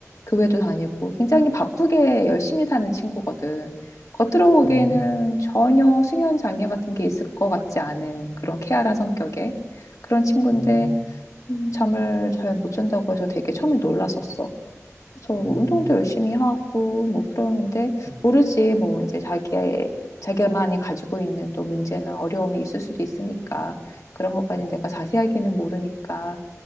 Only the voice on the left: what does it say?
교회도 다니고 굉장히 바쁘게 열심히 사는 친구거든. 겉으로 보기에는
전혀 수면 장애 같은 게 있을 것 같지 않은 그런 케알한 성격의 그런 친구인데
음, 잠을 잘 못 잔다고 해서 되게 처음에 놀랐었어. 그래서 뭐
운동도
열심히 하고 뭐 그러는데
모르지 뭐 이제 자기의 자기만이 가지고 있는 또 문제나 어려움이 있을 수도 있으니까 그런 것까지 내가 자세하게는 모르니까